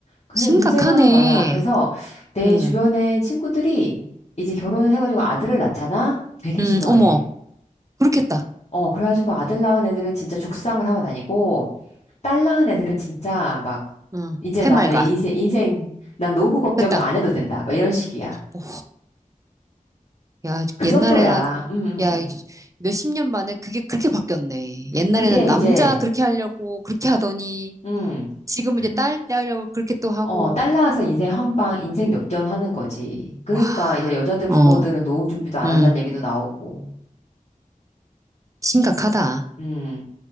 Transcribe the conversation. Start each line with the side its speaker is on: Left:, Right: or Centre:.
Left: 그래서
Right: 심각하네.
Left: 문제가 많아. 그래서 내
Right: 응
Left: 주변의 친구들이 이제 결혼을 해가지고 아들을 낳잖아? 되게
Right: 응
Left: 싫어해.
Right: 어머, 그렇겠다.
Left: 어, 그래가지고 아들 낳은 애들은 진짜 죽상을 하고 다니고, 딸 낳은 애들은 진짜 막,
Right: 응
Left: 이제
Right: 해맑아.
Left: 나는 인생, 인생, 난 노후 걱정을
Right: 됐다.
Left: 안 해도 된다. 막 이런 식이야.
Right: 오, 야,
Left: 그
Right: 옛날에,
Left: 정도야. 음, 음,
Right: 야,
Left: 음.
Right: 이 몇십 년 만에 그게 그렇게 바뀌었네. 옛날에는
Left: 그게
Right: 남자
Left: 이제,
Right: 그렇게 하려고, 그렇게 하더니,
Left: 음,
Right: 지금은
Left: 그,
Right: 이제 딸, 딸 하려고 그렇게 또 하고,
Left: 어, 딸 낳아서 인생 황방, 인생 역전하는 거지. 그러니까
Right: 와,
Left: 이제 여자들 부모들은
Right: 어,
Left: 노후 준비도 안
Right: 응
Left: 한다는 얘기도 나오고,
Right: 심각하다.
Left: 음.